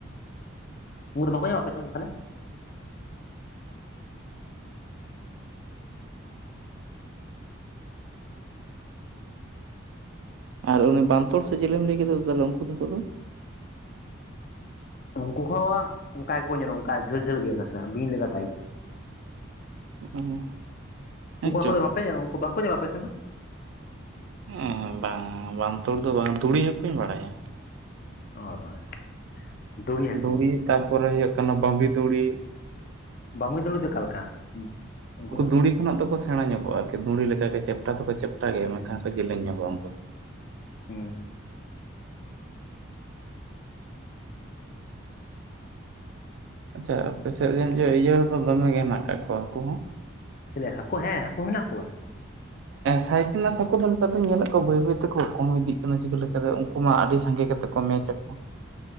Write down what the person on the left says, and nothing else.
ᱩᱱᱠᱩ ᱫᱚ ᱵᱟᱠᱚ ᱧᱟᱢᱚᱜ-ᱟ ᱟᱯᱮ ᱥᱮᱱ ᱫᱚ ᱛᱟᱦᱚᱞᱮ?
ᱩᱱᱠᱩ ᱦᱚᱸ ᱚᱱᱠᱟ ᱜᱮᱠᱚ ᱧᱮᱞᱚᱜᱼᱟ ᱚᱱᱠᱟ ᱡᱷᱟᱹᱞ ᱡᱷᱟᱹᱞ ᱜᱮ ᱱᱟᱥᱮᱱᱟᱜ ᱵᱤᱧ ᱞᱮᱠᱟ ᱴᱟᱭᱤᱯ᱾
ᱩᱱᱠᱩ ᱦᱟᱠᱳ
ᱫᱚ <unintelligible> <unintelligible> ᱵᱟᱠᱚ ᱧᱮᱞᱚᱜ-ᱟ ᱟᱯᱮ ᱥᱮᱱ ᱫᱚ?
<unintelligible> ᱦᱟᱹᱠᱩ
ᱵᱟᱺᱵᱤ ᱫᱩᱲᱩ ᱫᱚ ᱚᱠᱟ ᱞᱮᱠᱟ <unintelligible> ᱩᱱᱠᱩ ᱫᱚ
ᱦᱮᱸ
ᱪᱮᱞᱮ ᱦᱟᱹᱠᱳ ᱦᱮᱸ ᱦᱟᱹᱠᱳ ᱢᱮᱱᱟᱜ ᱠᱚᱣᱟ᱾